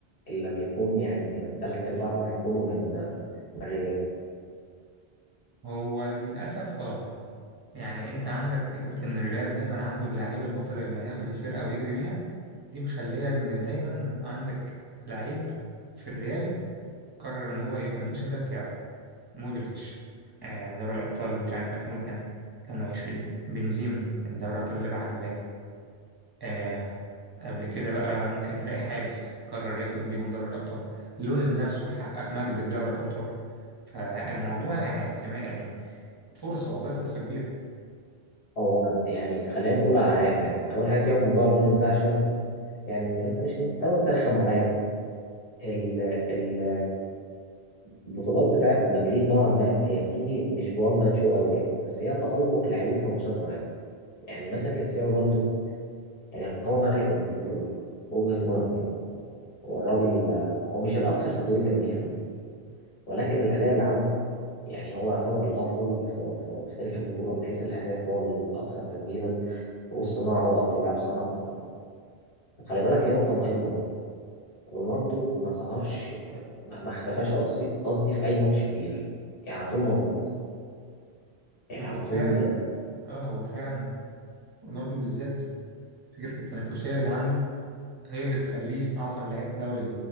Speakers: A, on the left; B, on the right.
A: ان لم يكون يعني ثلاث ارباعهم هيكونوا من آه، من الريال
B: هو للأسف اه يعني انت عندك فكرة ان الريال دايما عنده اللعيب البطل اللي هياخد الفرقة ويجري بيها دي مخلية ان دايما عندك لعيب في الريال قرر ان هو يبقى الموسم ده بتاعه مودريتش آه دوري الأبطال مش عارف 2000 وكام كام وعشرين بنزيما دوري الأبطال اللي بعده باين آه قبل كده بقى ممكن تلاقي حارس قرر ياخد بيهم دوري الأبطال لونين نفسه حقق مجد في دوري الأبطال فالموضوع يعني اعتماد يعني فرصة والله فرصة كبيرة
A: هو يعني خلينا نقول على حاجه يعني اول حاجه سيبك من موضوع لونين ده عشان يعني انت مش تقعد ترخم عليا ال ال البطولات بتاعت مدريد نوعا ما هي بتيجي مش بوان مان شو قوي يعني بس هي تألق لاعبين في ماتشات معينه يعني مثلا كريستيانو رونالدو يعني هو ملك البطوله دي في وجهه نظر يعني هو الراجل آه، هو مش الاكثر تتويجا بيها ولكن الاداء اللي عمله يعني هو يعتبر الافضل في, في, في تاريخ البطوله من حيث الاهداف هو الاكثر تسجيلا والصناعه هو اكتر لاعب صنع وخلي بالك في نقطه مهمه رونالدو ما ظهرش ما ما اختفاش قصدي قصدي في اي ماتش كبير يعني على طول موجود يعني
B: هو
A: على طول
B: فعلا اه هو فعلا رونالدو بالذات فكرة التنافسية اللي عنده هي اللي تخليه أعظم لاعب في دوري